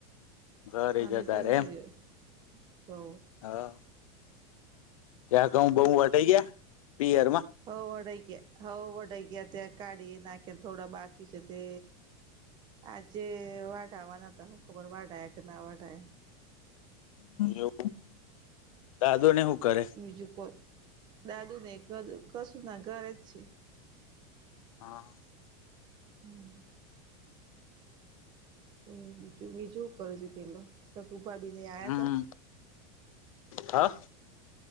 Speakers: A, on the left (about 70°); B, on the right (about 25°).
A: ઘરે
B: અને
A: જ તારે
B: ચૂકી
A: એમ
B: ગયો તો
A: હા ત્યાં ઘઉ બહ વટાઈ ગયા પિયરમાં
B: હો વાડાઈ હઉ વડાઈ ગયા ત્યાં કાઢી નાખી થોડા બાકી છે તે આજે વાઢાવાના હતા હું ખબર વાઢયા કે ના વઢયા
A: એવુ દાદુને હું કરે
B: બીજું કોઈ દાદુ કશું ના ધરે છે
A: હા
B: હમ્મ એ બીજું બીજું કરે છે પેલા સુભા બીને આયા
A: હમ
B: હતા
A: હા